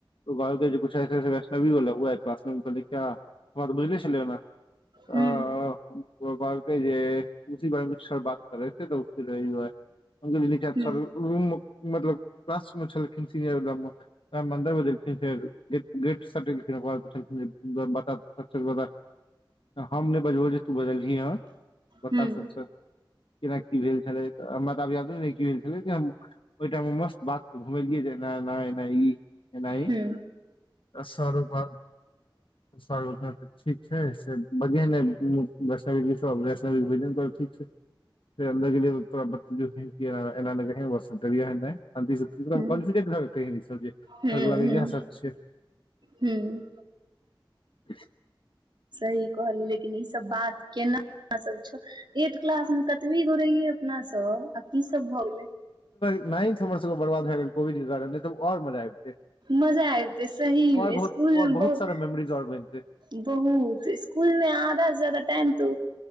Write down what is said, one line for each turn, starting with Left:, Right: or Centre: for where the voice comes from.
Left: ऊ कहलकई के कुछ ऐसे ऐसे बैष्वी बोला हुआ है क्लासमे हम कहलियाई क्या हमरा तऽ बुझले छलै ओना ओ
Right: हूँ
Left: ओ कहलकई जे उसी बारे में कुछ सर बात करेे थे तऽ यही दुआरे हम कहलियाई
Right: हूँ
Left: सर मतलब क्लासमे छलखिन सीनियर ग़म उहे अंदर बाजेलखिन फेर गेट सटेलखिन ओकरबाद पुछलखिन बता त सच सच बता हम नहि बजबौ जे तू बजलही ह बता
Right: हूँ
Left: सच सच केना की भेल छलै तऽ हमरा तऽ <unintelligible> क्रिकेट खेले छलीयै ओहि टाइम में मस्त बाद के घुमेलियई जेना नहि नहि ई ऐना ई
Right: हूँ
Left: सरो पर सरो कहलखीन ठीक छै से बढ़िआ ने वैष्णवी घी छौ वैष्णवी भोजन कर ठीक छै फेर अंदर गेलियाउ तोरा बतेलियौ की ऐना ऐना जाहिये डरिये नहि <unintelligible> सब
Right: हूँ
Left: के
Right: हूँ हूँ
Left: लगाई येह सच छै ब
Right: हूँ
Left: <inaudible>
Right: सही कहलहि लेकिन ई सब बात <unintelligible> एट क्लासमे कतबी गो रहियै अपना सब की सब भऽ गेलै
Left: नाइंथ हमर सबके बर्बाद भ गेल कोविड के कारण तऽ आओर मजा आबितै
Right: मजा अबीतै सहीमे
Left: आओर बहुत
Right: स्कुल
Left: आओर बहुत
Right: बहुत
Left: सारा मेमोरीज आओर बनितै
Right: स्कुलमे आधासे जादा टाइम त